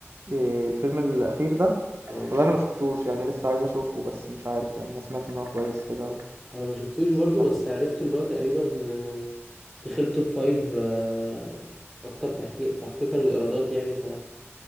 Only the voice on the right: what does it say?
إيه، الفيلم الأخير ده
والله أنا ما شُفتوش يعني لسه عايز أشوفه بس مش عارف يعني أنا سمعت إن هو كويس كده و
بس مش عارف
أحضر.